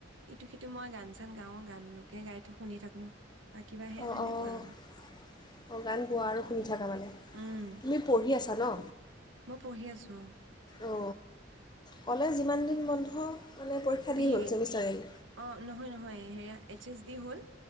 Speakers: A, on the right; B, on the left.
A: ইটো সিটো, মই গান চান গাও, গানকে গাই শুনি থাকো। বা কিবা সেয়া
B: অ',
A: তেনেকুৱা
B: অ', অ'।
A: আৰু
B: অ', গান গোৱা আৰু শুনি থাকা মানে?
A: উম
B: তুমি পঢ়ি আছ খালা
A: মই পঢ়ি আছো, অ
B: অ', ক'লে যিমান দিন বন্ধ। মানে পৰীক্ষা
A: বিএ,
B: দি হ'ল ছেমিষ্টাৰ এণ্ড
A: অ' নহয়-নহয়। এয়া এইচ-এছ-ডি হল।